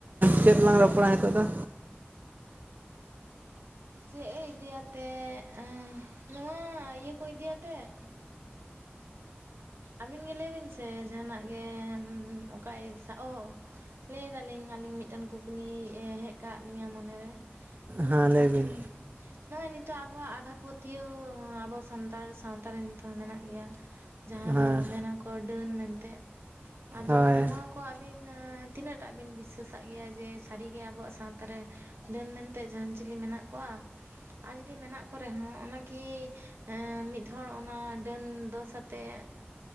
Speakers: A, on the right (about 45°); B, on the right (about 75°).
A: ᱪᱮᱫᱞᱟᱝ ᱨᱚᱯᱚᱲᱟ ᱱᱤᱛᱚᱜ ᱫᱚ?
B: ᱪᱮᱫ ᱮ ᱤᱫᱤᱭᱟᱛᱮᱜ ᱮᱸ ᱱᱚᱣᱟ ᱤᱭᱟᱹ ᱠᱚ ᱤᱫᱤᱭᱟᱛᱮᱜ, ᱟᱹᱵᱤᱱ ᱜᱮ ᱞᱟᱹᱭ ᱵᱤᱱ ᱥᱮ ᱡᱟᱦᱟᱸᱱᱟᱜ ᱜᱮ ᱚᱠᱟᱭ ᱥᱟ ᱚ ᱞᱟᱹᱭᱫᱟᱞᱤᱧ ᱟᱹᱞᱤᱧ ᱢᱤᱫᱴᱟᱝ ᱠᱩᱠᱞᱤ ᱦᱮᱡ ᱠᱟᱜ ᱞᱤᱧᱟᱹ ᱢᱚᱱᱮᱨᱮ।
A: ᱦᱮᱸ ᱞᱟᱹᱭ
B: ᱟᱜ ᱩᱸ
A: ᱵᱤᱱ
B: ᱱᱚᱜᱼᱚᱭ ᱱᱤᱛᱚᱜ ᱟᱵᱚᱣᱟᱜ ᱟᱫᱷᱟ ᱯᱟᱹᱛᱭᱟᱹᱣ ᱟᱵᱚ ᱥᱟᱱᱛᱟᱲ ᱥᱟᱶᱛᱟ ᱨᱮ ᱱᱤᱛᱚᱜ ᱦᱚᱸ ᱢᱮᱱᱟᱜ ᱜᱮᱭᱟ। ᱡᱟᱦᱟᱸ
A: ᱦᱮᱸ
B: ᱫᱚ ᱢᱮᱱᱟᱠᱚ ᱰᱟᱹᱱ ᱢᱮᱱᱛᱮᱜ ᱟᱫᱚ
A: ᱦᱳᱭ
B: ᱱᱚᱣᱟ ᱠᱚ ᱟᱹᱵᱤᱱ ᱛᱤᱱᱟᱹᱜᱴᱟᱜ ᱵᱤᱱ ᱵᱤᱥᱥᱟᱹᱥᱟᱜ ᱜᱮᱭᱟ ᱡᱮ ᱥᱟᱹᱨᱤᱜᱮ ᱟᱵᱚᱣᱟᱜ ᱥᱟᱶᱛᱟᱨ ᱨᱮ ᱰᱟᱹᱱ ᱢᱮᱱᱛᱮ ᱡᱟᱦᱟᱸᱱ ᱪᱤᱞᱤ ᱢᱮᱱᱟᱜ ᱠᱚᱣᱟ? ᱟᱨ ᱡᱩᱚᱫᱤ ᱢᱮᱱᱟᱜ ᱠᱚ ᱨᱮᱦᱚᱸ ᱚᱱᱟᱠᱤ ᱢᱤᱫ ᱦᱚᱲ ᱚᱱᱟ ᱰᱟᱹᱱ ᱫᱚ ᱥᱟᱛ ᱛᱮ